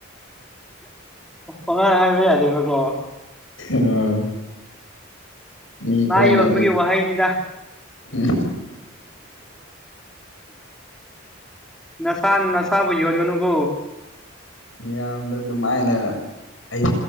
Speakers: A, in the centre; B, on the left (about 75°).
A: ꯑꯉꯥꯏ ꯍꯥꯏꯕ ꯌꯥꯗꯦꯕꯀꯣ
B: ꯑ ꯃꯤ
A: ꯃꯥ
B: ꯈꯔꯅꯗꯤ
A: ꯌꯣꯟꯕꯒꯤ ꯋꯥꯍꯩꯅꯤꯗ
B: ꯎꯝ
A: ꯅꯁꯥ
B: ꯃꯤꯌꯥꯝ
A: ꯅꯁꯥꯕꯨ ꯌꯣꯟꯒꯅꯨꯀꯣ
B: ꯃꯤꯌꯥꯝꯗ ꯑꯗꯨꯃꯥꯏꯅ ꯑꯩ